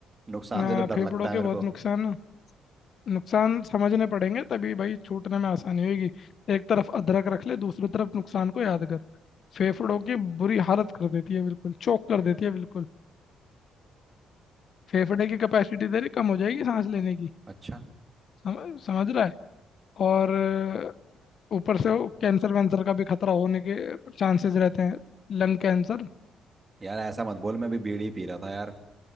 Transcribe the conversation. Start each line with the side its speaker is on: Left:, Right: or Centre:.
Right: नुकसान
Left: अ,
Right: से तो डर
Left: फेफड़ों
Right: लगता
Left: के
Right: है मेरे
Left: बहुत
Right: को
Left: नुकसान नुकसान समझने पड़ेंगे तभी भाई छूटने में आसानी होगी एक तरफ अदरक रख ले दूसरी तरफ नुकसान को याद कर फेफड़ों की बुरी हालत कर देती है बिल्कुल चोक कर देती है बिल्कुल फेफड़े की कैपेसिटी तेरी कम हो जाएगी सांस लेने की
Right: अच्छा
Left: सम, समझ रहा है और अ, ऊपर से वो कैंसर वैंसर का भी खतरा होने के चांसेस रहते हैं लंग कैंसर
Right: यार ऐसा मत बोल मैं अभी बीड़ी पी रहा था यार